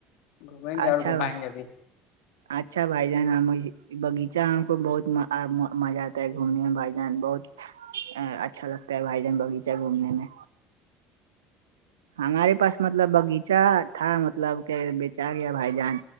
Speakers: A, on the left; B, on the right.
A: گھومیں گے
B: اچھا
A: اور گھمائیں
B: بھائی
A: گے ابھی
B: اچھا بھائی جان بغیچہ کو بہت مزہ آتا ہے گھومنے میں بھائی جان بہت ا اچھا لگتا ہے بھائی جان باغیچہ ہے گھومنے میں ہمارے پاس مطلب باغیچہ تھا مطلب کیا بیےچار یا بھائی جان